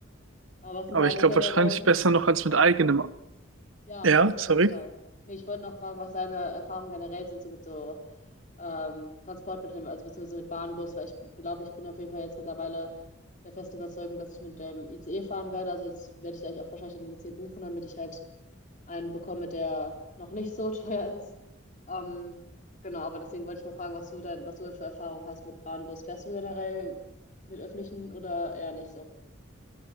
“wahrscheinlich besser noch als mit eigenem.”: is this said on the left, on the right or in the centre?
Right